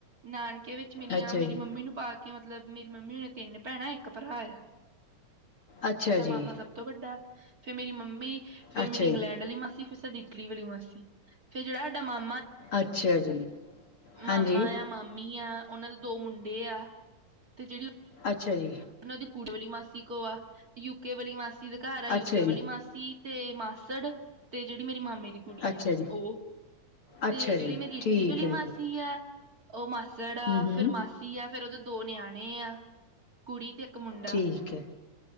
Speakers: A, on the right; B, on the left.
A: ਨਾਨਕੇ ਵਿੱਚ ਮੇਰੀਆਂ
B: ਅੱਛਾ
A: ਮੇਰੀ
B: ਜੀ,
A: ਮੰਮੀ ਨੂੰ ਪਾ ਕੇ ਮਤਲਬ ਮੇਰੀ ਮੰਮੀ ਨੇ ਤਿੰਨ ਭੈਨਾ ਇੱਕ ਭਰਾ ਆ
B: ਅੱਛਾ
A: ਸਾਡਾ
B: ਜੀ,
A: ਮਾਮਾ ਸਭ ਤੋਂ ਵੱਡਾ ਫੇਰ ਮੇਰੀ ਮੰਮੀ ਫੇਰ
B: ਅੱਛਾ
A: ਮੇਰੀ ਇੰਗਲੈਂਡ
B: ਜੀ,
A: ਵਾਲੀ ਮਾਸੀ ਫ ਇਟਲੀ ਵਾਲੀ ਮਾਸੀ ਫੇਰ ਜਿਹੜਾ ਸਾਡਾ ਮਾਮ
B: ਅੱਛਾ ਜੀ
A: ਮਾਮਾ
B: ਹਾਂਜੀ,
A: ਆ ਮਾਮੀ ਆ ਉਹਨਾਂ ਦੇ ਦੋ ਮੁੰਡੇ ਆ ਤੇ ਜਿਹੜੀ
B: ਅੱਛਾ -ਜੀ
A: ਉਹਦੀ ਕੁੜੇ ਵਾਲੀ ਮਾਸੀ ਕੋ ਆ ਯੂਕੇ ਵਾਲੀ ਮਾਸੀ ਦੇ ਘਰ ਆ ਯੂਕੇ
B: ਅੱਛਾ ਜੀ,
A: ਵਾਲੀ ਮਾਸੀ ਤੇ ਮਾਸੜ ਤੇ ਜਿਹੜੀ ਮੇਰੀ ਮਾਮੇ ਕੁੜੀ
B: ਅੱਛਾ
A: ਅ
B: ਜੀ।
A: ਉਹ
B: ਅੱਛਾ
A: ਤੇ ਜਿਹੜੀ
B: ਜੀ,
A: ਮੇਰੀ ਇਟਲੀ
B: ਠੀਕ
A: ਵਾਲੀ
B: ਹੈ
A: ਮਾਸੀ
B: ਜੀ,
A: ਆ ਉਹ ਮਾਸੜ ਆ
B: ਹੂੰ- ਹੂੰ
A: ਫੇਰ ਮਾਸੀ ਆ ਫੇਰ ਉਹਦੇ ਦੋ ਨਿਆਣੇ ਆ ਕੁੜੀ ਤੇ ਮੁੰਡਾ
B: ਠੀਕ ਹੈ।